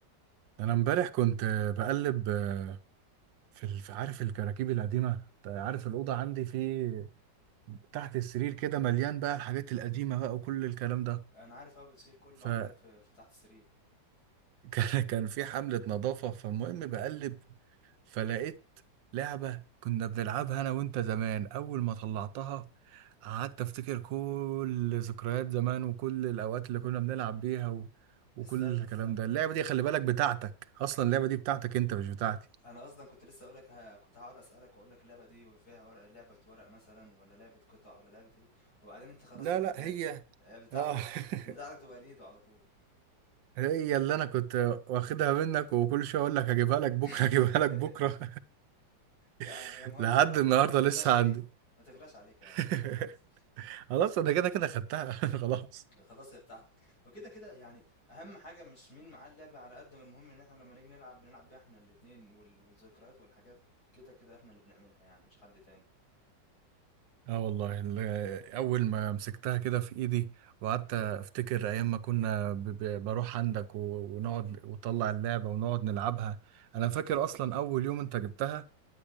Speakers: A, on the right; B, on the left.
A: انا امبارح كنت آه، بقلب آه، في ال- في- عارف الكراكيب القديمه أنت عارف الاوضه عندي في تحت السرير كده مليان بقى الحاجات القديمه بقى وكل الكلام
B: انا عارف بقى بتشيل كله عندك
A: ده
B: في, في تحت السرير
A: <laughs> كان كان في حملة نظافة فالمهم بقلب فلقيت لعبة كنا بنلعبها أنا وأنت زمان أول ما طلعتها قعدت أفتكر كل ذكريات زمان وكل الأوقات اللي كنا بنلعب بيها و... وكل
B: استنى
A: الكلام
B: استنى
A: ده اللعبة دي خلي بالك بتاعتك أصلا اللعبة دي بتاعتك أنت مش بتاعتي
B: انا اصلا كنت لسه اقولك ها كنت هقعد اسالك واقول لك اللعبه دي فيها ورق لعبه ورق مثلا ولا لعبه قطع ولا لعبه ايه وبعدين انت خلاص
A: لا
B: اديتها
A: لا هي
B: لي آه، بتاعتك
A: اه <laughs>
B: بتاعتك تبقى ليدو على طول
A: هي اللي انا كنت واخدها منك وكل شويه اقول لك هجيبها لك بكره
B: <laughs>
A: هجيبها لك بكره
B: يا
A: <laughs>
B: يا مهند
A: لحد
B: والله
A: النهارده
B: ما تغلاش
A: لسه
B: عليك
A: عندي
B: ما تغلاش عليك يا
A: <laughs>
B: مهند خالص
A: خلاص انا كده كده خدتها <laughs> خلاص
B: خلاص هي بتاعتك وكده كده يعني اهم حاجه مش مين معاه اللعبه على قد ما المهم ان احنا لما نيجي نلعب بنلعب بيها احنا الاتنين وال- والذكريات والحاجات كده كده احنا اللي بنعملها يعني مش حد تاني
A: اه والله ال- اول ما مسكتها كده في ايدي وقعدت افتكر ايام ما كنا ب- ب- بروح عندك و- ونقعد وطلع اللعبه ونقعد نلعبها انا فاكر اصلا اول يوم انت جبتها